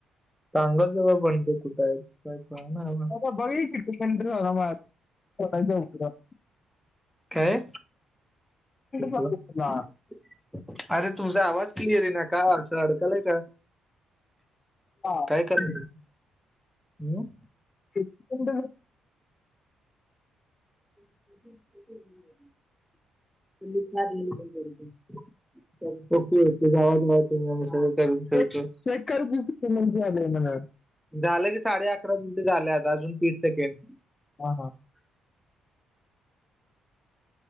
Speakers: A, in the centre; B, on the left (about 35°).
A: सांगतजा बाईकुठे आहे काय कळना बाबा.
B: आता बघुयाकी <unintelligible> मळ्यात बघायचं अंकुरात
A: काय ठीक
B: झाला
A: आहे
B: तुला.
A: अरे तुमचा आवाज क्लिअरईना का असं अडकालाय का
B: हा.
A: काय करणार हम
B: हड
A: ह <unintelligible> <unintelligible> ठेवतो
B: चेक चेक करू त म्ह म्हणा.
A: झालं की साडे अकरा मिनटे झालं आता अजून तीस सेकंड
B: हा हा.